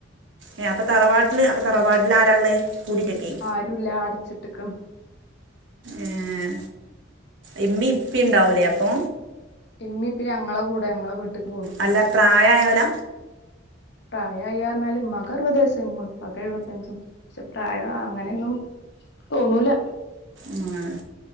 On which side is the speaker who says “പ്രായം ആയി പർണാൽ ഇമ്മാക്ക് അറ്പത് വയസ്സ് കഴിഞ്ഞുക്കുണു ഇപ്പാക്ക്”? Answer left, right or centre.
Left